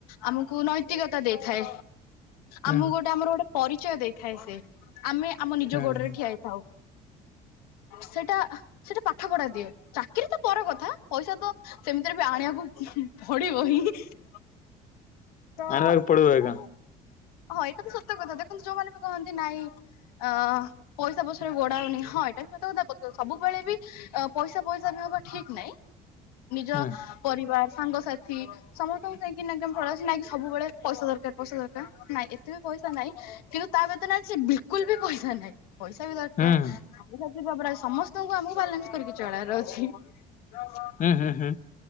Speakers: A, on the left (about 85°); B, on the left (about 45°).
A: ଆମକୁ ନୈତିକ ତା ଦେଇଥାଏ
B: ହୁଁ
A: ଆମକୁ ଗୋଟେ ଆମର ଗୋଟେ ପରିଚୟ ଦେଇଥାଏ ସେ ଆମେ ଆମ ନିଜ
B: ହୁଁ
A: ଗୋଡରେ
B: ହୁଁ
A: ଠିଆ ହେଇ ଥାଉ ସେଟା ସେଟା ପାଠ ପଢା ଦିଏ ଚାକିରି ତ ପର କଥା ପଇସା ତ ସେମିତିରେ ବି ଆଣିବାକୁ ଉହୁଁ ପଡିବ ହିଁ ହିଁ ଇ ତ
B: ଆଣିବାକୁ
A: ହଁ
B: ପଡିବ ଏକା
A: ଏଟା ତ ସତ କଥା ଦେଖନ୍ତୁ ଯୋଉମାନେ ବି କହନ୍ତି ନାଇଁ ଅ ପଇସା ପଛରେ ଗୋଡାଅନି ହଁ ଏଟା ବି ସତ କଥା ସବୁବେଳେ ବି ଅ ପଇସା ପଇସା ବି ହବା ଠିକ ନାଇଁ। ନିଜ
B: ହୁଁ
A: ପରିବାର ସାଙ୍ଗସାଥି ସମସ୍ତଙ୍କୁ ଯାଇକିନା <inaudible> ଫଳ ନ ସବୁବେଳେ ପଇସା ଦରକାର ପଇସା ଦରକାର ନାଇଁ ଏତେ ବି ପଇସା ନାଇଁ କିନ୍ତୁ ତା ବ୍ୟତୀତ ନାଇଁ ସେ ବିଲକୁଲ ବି ପଇସା ନାହିଁ ପଇସା ବି ଦରକାର।
B: ହୁଁ ହୁଁ
A: ବାବ <inaudible> ପ୍ରାୟ ସମସ୍ତଙ୍କୁ ଆମକୁ ବାଲାନ୍ସ କରିକି ଚଳାଇବାର ଅଛି।
B: ହୁଁ ହୁଁ ହୁଁ